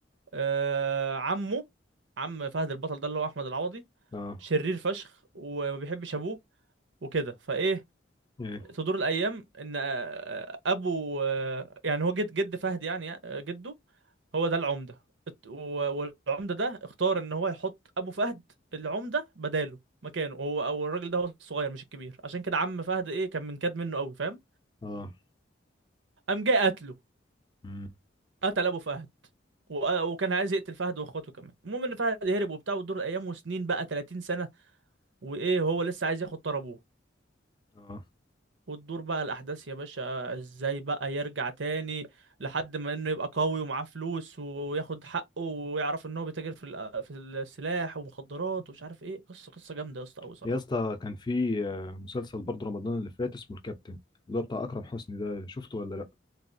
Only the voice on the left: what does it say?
اه
ايه
اه
امم
اه
يا اسطى كان في آه، مسلسل برضه رمضان اللي فات اسمه الكابتن اللي هو بتاع اكرم حسني ده شفته ولا لا